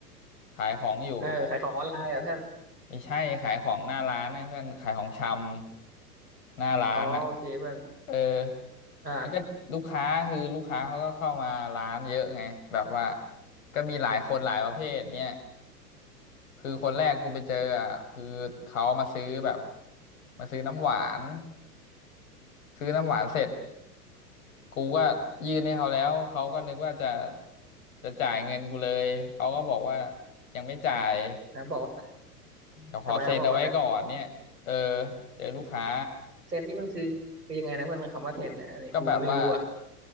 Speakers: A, on the left (about 55°); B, on the right (about 80°).
A: ขายของอยู่
B: เออขายของออนไลน์อ่ะเพื่อน
A: ไม่ใช่ขายของหน้าร้านเนี่ยเพื่อนขายของชำหน้าร้านอ่ะ
B: อ๋อโอเคเพื่อน
A: เออ
B: อ่า
A: แล้วก็ลูกค้าคือลูกค้าเขาก็เข้ามาร้านเยอะไงแบบว่าก็มีหลายคนหลายประเภทเนี่ยคือคนแรกกูไปเจออ่ะคือเขามาซื้อแบบมาซื้อน้ำหวานซื้อน้ำหวานเสร็จกูก็ยื่นให้เขาแล้วเขาก็นึกว่าจะจะจ่ายเงินกูเลยเขาก็บอกว่ายังไม่จ่าย
B: นะบอกว่า
A: เดี๋ยวขอเซ็นเอาไว้ก่อนเนี่ยเออ
B: ทำไมเขาบอกว่าอะไร
A: เจอลูกค้า
B: เซนนี่มันคือคือยังไงนะเพื่อนคำว่าเซนเนี่ยอันนี้กูไม่รู้อ่ะ
A: ก็แบบว่า